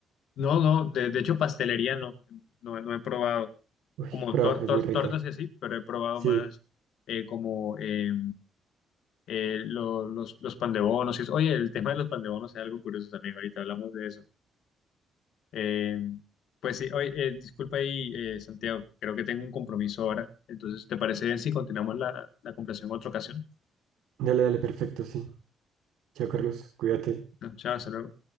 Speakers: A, on the left; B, on the right.
A: No, no, de, de hecho pastelería no, no, no he probado,
B: Uy,
A: como
B: prueba,
A: tor,
B: es
A: tor-
B: muy rica.
A: tortas y así, pero he probado
B: Sí,
A: más eh, como eh, eh, lo- los, los pan de bonos y eso. Oye, el tema de los pan de bonos es algo curioso también, ahorita hablamos de eso. Eh, pues sí, oye, eh, disculpa ahí, eh, Santiago, creo que tengo un compromiso ahora, entonces, ¿te parece bien si continuamos la, la conversación en otra ocasión?
B: dale, dale, perfecto, sí. Chao, Carlos, cuídate.
A: No, chao, hasta luego.